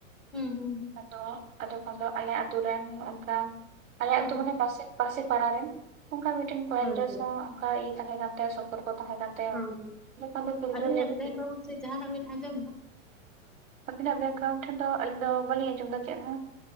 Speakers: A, in the centre; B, on the right.
A: ᱦᱩᱸ, ᱦᱩᱸ, ᱦᱩᱸ,
B: ᱟᱫᱚ ᱟᱫᱚ ᱠᱚ ᱫᱚ ᱟᱭᱟᱜ ᱟᱹᱛᱩ ᱨᱮᱱ ᱚᱱᱠᱟ ᱟᱭᱟᱜ
A: ᱦᱳᱭ,
B: ᱟᱹᱛᱩ ᱢᱟᱱᱮ ᱯᱟᱥᱮᱡ ᱯᱟᱥᱮ ᱯᱟᱲᱟ ᱨᱮᱱ ᱚᱱᱠᱟ ᱢᱤᱫᱴᱮᱱ ᱠᱚᱲᱟ
A: ᱦᱳᱭ᱾
B: ᱜᱤᱫᱽᱨᱟᱹ
A: ᱦᱳᱭ,
B: ᱥᱟᱶ ᱚᱱᱠᱟ ᱤᱭᱟᱹ ᱛᱟᱦᱮᱸ ᱠᱟᱱ ᱛᱟᱭᱟ ᱥᱚᱢᱯᱚᱨᱠ ᱠᱚ ᱛᱟᱦᱮᱸ ᱠᱟᱱ ᱛᱮᱭ
A: ᱦᱳᱭ, ᱦᱮᱸ, ᱦᱮᱸ᱾
B: ᱱᱚᱝᱠᱟ ᱠᱩᱲᱤ ᱜᱤᱫᱽᱨᱟᱹ
A: ᱟᱹᱞᱤᱧᱟᱜ
B: ᱞᱮᱵᱮᱫᱽ
A: ᱵᱮᱠᱜᱨᱟᱣᱩᱱᱰ
B: ᱛᱤᱜᱤ
A: ᱥᱮ ᱡᱟᱦᱟᱱᱟᱜ ᱵᱮᱱ ᱟᱡᱚᱢ ᱫᱚ
B: ᱟᱵᱤᱱᱟᱜ ᱵᱮᱠᱜᱨᱟᱣᱩᱸᱰ ᱴᱷᱮᱱ ᱫᱚ ᱟᱞᱤᱧ ᱫᱚ ᱵᱟᱞᱤᱧ ᱟᱸᱡᱚᱢ ᱮᱫᱟ ᱪᱮᱫ ᱦᱚᱸ